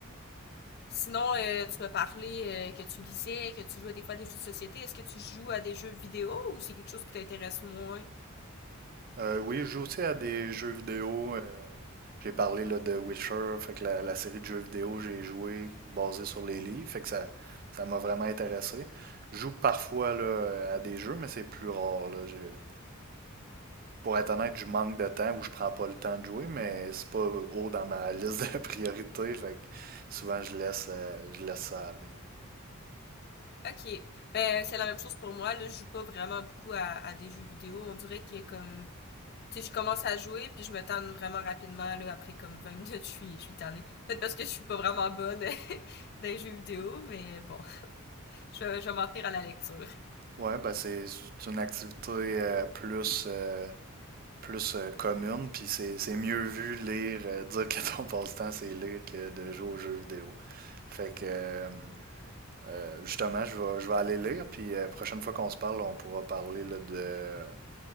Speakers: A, on the left; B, on the right.
A: Sinon, euh, tu m'as parlé euh, que tu lisais, que tu jouais des fois à des jeux de société. Est-ce que tu joues à des jeux vidéo ou c'est quelque chose qui t'intéresse moins?
B: Euh, oui, je joue aussi à des jeux vidéo. euh, j'ai parlé là, de Witcher, fait que la, la série de jeux vidéo, j'ai joué basée sur les livres, fait que ça, ça m'a vraiment intéressé. Je joue parfois là, à des jeux, mais c'est plus rare. là. J'ai- Pour être honnête, je manque de temps ou je prends pas le temps de jouer, mais c'est pas haut dans ma liste de <laughs> priorités, fait que souvent je laisse, euh, je laisse ça aller.
A: Ok. Ben, c'est la même chose pour moi. Là, je joue pas vraiment beaucoup à, à des jeux vidéo. On dirait que comme, tu sais, je commence à jouer puis je me tanne vraiment rapidement. Là, après comme 20 minutes, je suis, je suis tannée. Peut-être parce que je suis pas vraiment bonne <laughs> dans les jeux vidéo, mais bon, je, vais- je vais m'en tenir à la lecture.
B: Ouais, ben c'est c'est une activité euh, plus, euh, plus euh, commune, puis c'est c'est mieux vu lire, euh, dire que ton <laughs> passe-temps c'est lire que de jouer aux jeux vidéo. Fait que euh, euh, justement, je vais, je vais aller lire, puis la prochaine fois qu'on se parle, on pourra parler là, de,